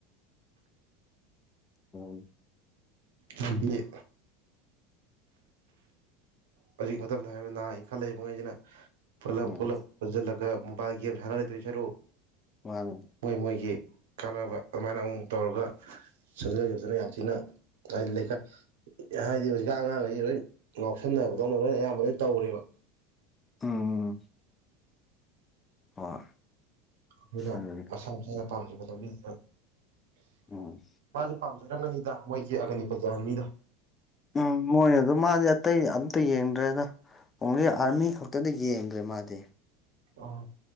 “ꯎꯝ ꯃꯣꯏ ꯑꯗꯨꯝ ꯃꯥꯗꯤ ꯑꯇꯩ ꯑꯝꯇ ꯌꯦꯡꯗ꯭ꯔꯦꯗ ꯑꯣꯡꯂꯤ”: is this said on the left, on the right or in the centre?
Left